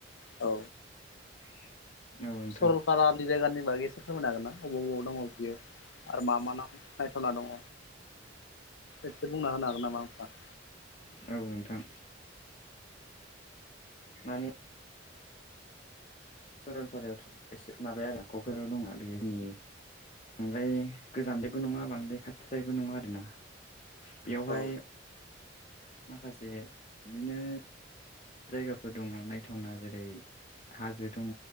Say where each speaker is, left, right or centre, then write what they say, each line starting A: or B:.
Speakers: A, on the left; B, on the left.
A: औ।
B: <inaudible> नोंथां
A: सरलपारानि
B: औ
A: जायगानि बागै एसे फोरमायनो हागोन ना बबाव बबाव दङ बियो। आरो मा मा ना नायथावना दङ एसे बुंना होनो हागोन नामा नोंथांङा?
B: औ नोंथां। माने सरलपारायाव' एसे माबाया आरो क'कझाराव दङ बेयो जोंनि ओमफ्राय गोजानदायबो नङा बांद्राय खाथिद्रायबो नङा आरोना। बेवहाय
A: औ
B: माखासे बिदिनो जायगाफोर दङ नायथावना जेरै हाजो दङ